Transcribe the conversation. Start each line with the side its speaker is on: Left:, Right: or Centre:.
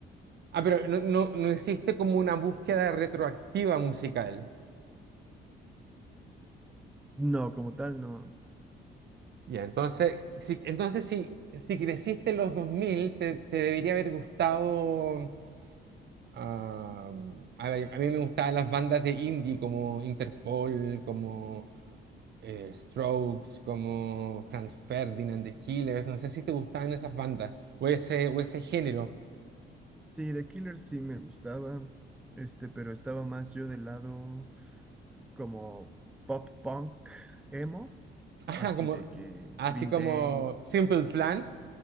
Right: Ah, pero no, no, no hiciste como una búsqueda retroactiva musical.
Centre: No, como tal, no.
Right: Ya, entonces, si, entonces si, si creciste en los 2000, te, te debería haber gustado... ah, a ver, a mí me gustaban las bandas de indie como Interpol, como eh, Strokes, como Franz Ferdinand, The Killers. No sé si te gustaban esas bandas o ese, o ese género.
Centre: Sí, The Killers sí me gustaba, este, pero estaba más yo del lado como pop punk, emo,
Right: <laughs> Ajá,
Centre: así
Right: como,
Centre: de que
Right: así
Centre: Green
Right: como
Centre: Day.
Right: Simple Plan,